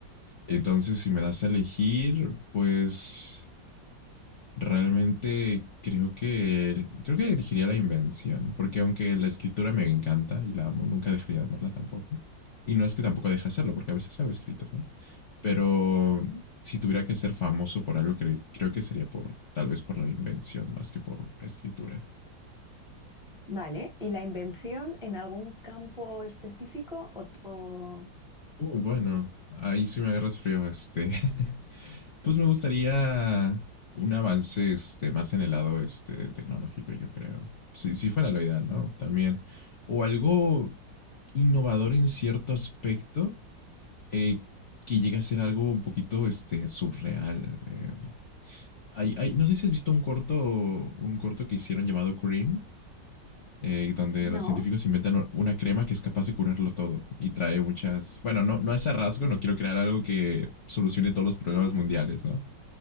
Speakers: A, on the left; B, in the centre.
A: Entonces, si me das a elegir, pues Realmente creo que creo que elegiría la invención, porque aunque la escritura me encanta y la amo, nunca dejaría de amarla tampoco. Y no es que tampoco deje de hacerlo, porque a veces hago escritos, ¿no? Pero
B: Ujú.
A: si tuviera que ser famoso por algo, cre- creo que sería por tal vez por la invención más que por escritura.
B: Vale. ¿Y la invención en algún campo específico o, o-
A: Uh, bueno, ahí sí me agarras frío, este. <laughs> Pues me gustaría un avance este, más en el lado este, tecnológico, yo creo. Si, si fuera lo ideal, ¿no? También. O algo innovador en cierto aspecto eh, que llegue a ser algo un poquito este, surreal. eh. Hay- hay- no sé si has visto un corto, un corto que hicieron llamado Cream, eh, donde
B: no?
A: los científicos inventan una crema que es capaz de curarlo todo y trae muchas... Bueno, no, no es a rasgo, no quiero crear algo que solucione todos los
B: Sí.
A: problemas mundiales, ¿no?